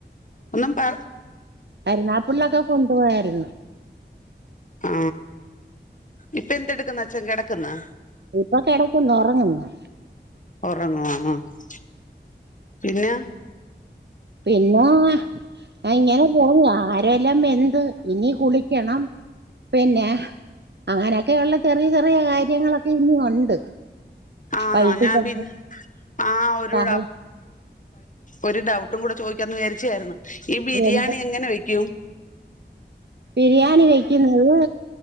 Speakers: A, on the left (about 45°); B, on the right (about 65°).
A: ഒന്നും പറ
B: കരുനാഗപ്പള്ളിലൊക്കെ കൊണ്ടു പോയാരുന്നു.
A: ആ, ഇപ്പ എന്തെടുക്കുന്നച്ചൻ കെടക്കുന്നോ?
B: ഇപ്പൊ കെടക്കന്ന് ഒറങ്ങുന്നു.
A: ഒറങ്ങുവാണ് ആ പിന്നെ?
B: പിന്നെ ആ ഇങ്ങനെ പോകുവാ. അരിയെല്ലാം വെന്ത് ഇനി കുളിക്കണം പിന്നെ അങ്ങനൊക്കെയുള്ള ചെറിയ ചെറിയ കാര്യങ്ങളൊക്കെ ഇനി ഉണ്ട്
A: ആണോ
B: വൈകിട്ട്
A: ഞാൻ പി ആ ഒരു
B: ചായ
A: ഒരു ഡൌട്ട് ഒന്നും കൂടെ ചോദിക്കാന്ന് വിചരിച്ചായിരുന്നു ഈ ബിരിയാണി
B: എന്ത്
A: എങ്ങനെ വെക്കും
B: ബിരിയാണി കഴിക്കുന്നത്